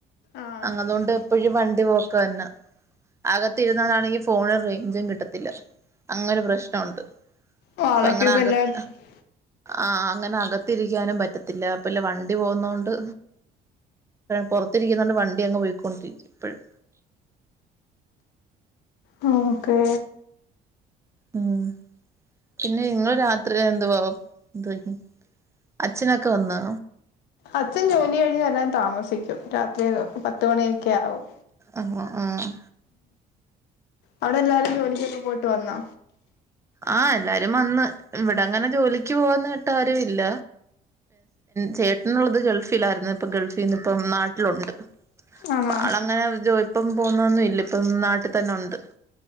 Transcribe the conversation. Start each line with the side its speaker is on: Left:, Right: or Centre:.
Left: ആഹ്
Right: അതൊണ്ട് എപ്പോഴും വണ്ടി പോക്ക് തന്നെ. അകത്തിരുന്നതാണെങ്കി ഫോണിന് റേഞ്ചും കിട്ടത്തില്ല അങ്ങനൊരു പ്രശ്നമുണ്ട്.
Left: ഓ
Right: അപ്പ
Left: അതൊക്കെ
Right: അങ്ങനെ
Left: ഇപ്പ
Right: അകത്ത്.
Left: എല്ലായിടത്തും
Right: ആഹ അങ്ങനെ അകത്തിരിക്കാനും പറ്റത്തില്ല. അപ്പ ഇല്ല വണ്ടി പോകുന്ന കൊണ്ട്. പുറത്തിരിക്കുന്നകൊണ്ട് വണ്ടി അങ്ങ് പോയിക്കൊണ്ടിരിക്കും ഇപ്പഴും.
Left: മ്മ് ഓക്കെ.
Right: മ്മ് പിന്നെ നിങ്ങള് രാത്രി എന്തുവാ എന്ത് വയ്ക്കും അച്ഛനൊക്കെ വന്നാ.
Left: അച്ഛൻ ജോലി കഴിഞ്ഞ് വരാൻ താമസിക്കും. രാത്രി പത്ത് മണിയൊക്കെ ആകും.
Right: അങ്ങ് ആഹ്.
Left: അവിടെ എല്ലാരും ജോലിക്കൊക്കെ പോയിട്ട് വന്നോ.
Right: ആഹ് എല്ലാരും വന്ന് ഇവിടെ അങ്ങനെ ജോലിക്ക് പോവാന്ന് കേട്ട് ആരും ഇല്ല. ചേട്ടനുള്ളത് ഗൾഫിലായിരുന്നു. ഇപ്പൊ ഗൾഫിന്ന് ഇപ്പം നാട്ടിലുണ്ട്.
Left: ആണോ
Right: ആൾ അങ്ങനെ ജോ ഇപ്പം പോന്നൊന്നും ഇല്ല ഇപ്പം നാട്ടി തന്നെ ഉണ്ട്